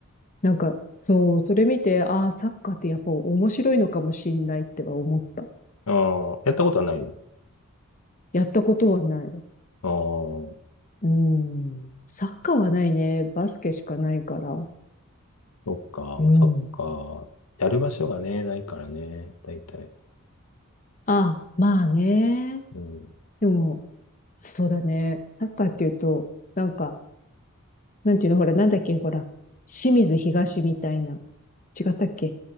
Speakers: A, on the left; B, on the left.
A: なんか、そう、それ見て、ああ、サッカーってやっぱ面白いのかもしんないっては思った。
B: あーやったことはないの
A: やったことはない。
B: ああ
A: うん。サッカーはないね。バスケしかないから。
B: そっか。
A: うん。
B: まあサッカー、やる場所がね、ないからね、大体。
A: ああ、まあね。
B: うん。
A: でも、そうだね。サッカーっていうと、なんか、なんていうの、ほら、なんだっけ、ほら、清水東みたいな。違ったっけ